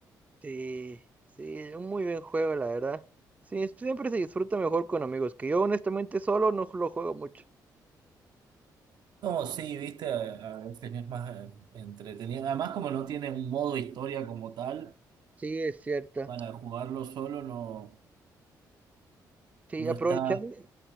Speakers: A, on the right; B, on the right.
A: sí, sí, es un muy buen juego, la verdad. Sí, siempre se disfruta mejor con amigos, que yo honestamente solo no lo juego mucho.
B: No, sí, viste, a, a veces es más eh, entretenido. Además, como no tiene un modo historia como tal,
A: Sí, es cierto.
B: para jugarlo solo no,
A: Sí,
B: no
A: aprovechando.
B: está,